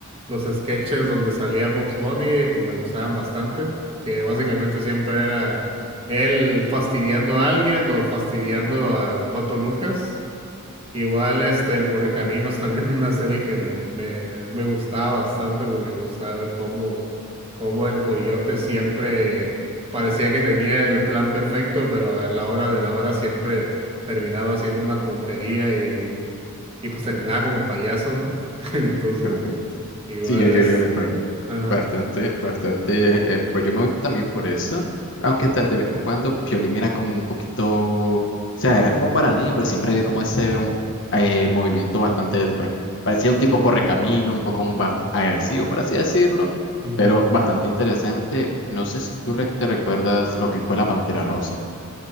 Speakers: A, on the right (about 30°); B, on the left (about 60°).
A: los sketches donde salía Bugs Bunny, pues me gustaban bastante, que básicamente siempre era él fastidiando a alguien o fastidiando al Pato Lucas. Igual este, el Correcaminos también <laughs> una serie que me, me, me gustaba bastante porque me gustaba ver cómo, cómo el coyote siempre parecía que tenía el plan perfecto, pero a la hora de la hora siempre terminaba haciendo una tontería y, y pues terminaba como payaso, ¿no? <laughs> Entonces,
B: Correcto.
A: igual
B: Sí, yo, yo,
A: es...
B: yo recuerdo.
A: Ajá.
B: Bastante, bastante. eh, pues yo me voy también por eso. Aunque tal de vez en cuando Piolín era como un poquito. O sea, era como para niños, pero siempre había como ese um, eh, movimiento bastante. Pues, parecía un tipo correcamino, un poco un bast- agresivo, por así decirlo.
A: Ujú.
B: Pero bastante interesante. No sé si tú re- te recuerdas lo que fue la Pantera Rosa.